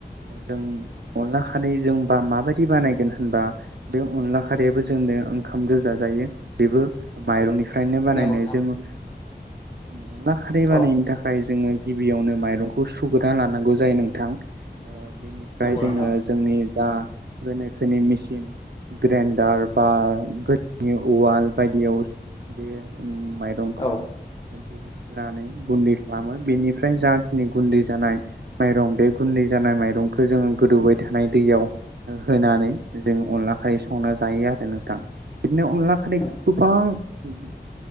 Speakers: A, on the right; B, on the left.
A: जों अनला खारै जों बा माबायदि बानायगोन होनबा बे अनला खारैयाबो जोंनो ओंखामदो जाजायो बेबो माइरंनिफ फ्रायनो बानायनाय
B: नंगौ नोंथां
A: जों अनला खारै बानायनो
B: औ
A: थाखाय जोङो गिबियावनो माइरंखौ सुग्रोना लानांगौ जायो नोंथां बिनिफ्राय
B: नंगौ
A: जोङो
B: नोंथां
A: जोंनि जा गोनोखोनि मिसिन ग्रेन्डार बा गोदोनि उवाल बायदियाव बे उम माइरंखौ
B: औ
A: होनानै गुन्दै खालामो बेनिफ्राय जाखिनि गुन्दै जानाय माइरं बे गुन्दै जानाय माइरंखौ जोङो गोदौबाय थानाय दैयाव होनानै जों अनलाखायै संना जायो आरो नोंथां बिदिनो अनला खारैखौ
B: नंगौ
A: गोबां ओ